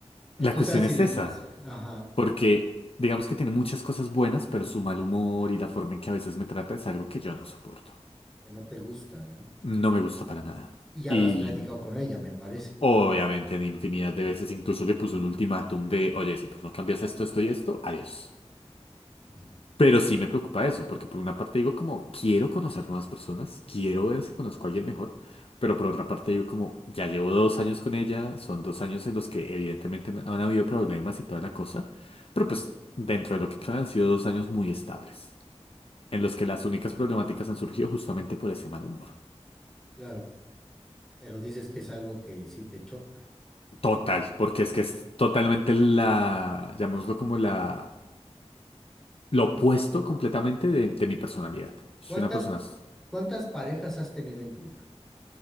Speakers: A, on the left; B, in the centre.
A: la
B: tú
A: cuestión
B: sabes si
A: es
B: le
A: esa.
B: entras. Ajá.
A: Porque digamos que tiene muchas cosas buenas, pero su mal humor y la forma en que a veces me trata es algo que yo no soporto.
B: Que no te gusta, ¿no?
A: No me gusta para nada.
B: Y ya
A: Y
B: lo has platicado con ella, me parece.
A: obviamente en infinidad de veces incluso le puse un ultimátum de, oye, si tú no cambias esto, esto y esto, adiós.
B: Ujú,
A: Pero sí me preocupa eso, porque por una parte digo como, quiero conocer nuevas personas, quiero ver si conozco a alguien mejor, pero por otra parte digo como, ya llevo dos años con ella, son dos años en los que evidentemente han han habido problemas y toda la cosa, pero
B: ujú,
A: pues dentro de lo que cabe han sido dos años muy estables. en los que las únicas problemáticas han surgido justamente por ese mal humor.
B: Claro. Pero dices que es algo que sí te choca. O
A: Total,
B: sea que-
A: porque es que es totalmente la, llamémoslo como la, lo opuesto completamente de, de mi personalidad. Soy
B: ¿Cuántas,
A: una persona,
B: cuántas parejas has tenido en tu vida?